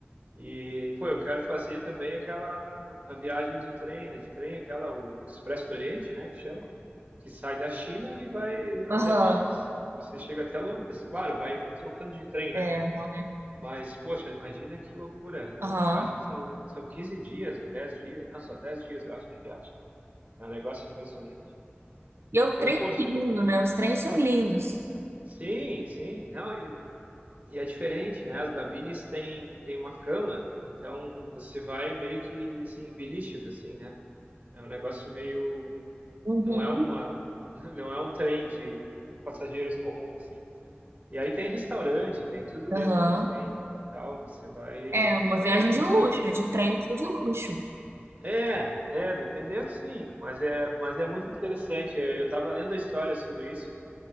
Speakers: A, on the right (about 35°); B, on the right (about 80°).
A: E, pô, eu quero fazer também aquela, a viagem do trem, a de trem, aquela, o Expresso do Oriente, né, que chama, que sai da China e vai até
B: Aham,
A: Londres. Você chega até Londres, claro, vai trocando de trem,
B: é,
A: né?
B: mora.
A: Mas, poxa, imagina que loucura. É
B: Aham.
A: um, Eu acho que são, são 15 dias ou 10 dias, não, só 10 dias, eu acho, de viagem. É um negócio impressionante.
B: E
A: Então,
B: o trem
A: poxa,
B: é lindo, né? Os trens são lindos.
A: Sim, sim. Não, e, e é diferente, né? As gabines têm, têm uma cama, então você vai meio que assim, em biliches, assim, né? É um negócio meio.
B: Uhum.
A: Não é uma. <laughs> Não é um trem de passageiros comum, assim. E aí tem restaurante, tem tudo
B: Aham.
A: dentro do trem e tal. Você vai,
B: É
A: né? Tem
B: uma
A: toda
B: viagem
A: a
B: de
A: infra
B: luxo,
A: ali dentro.
B: é de trem, é de luxo.
A: É, é, dependendo, sim. Mas é, mas é muito interessante. Eu estava lendo a história sobre isso.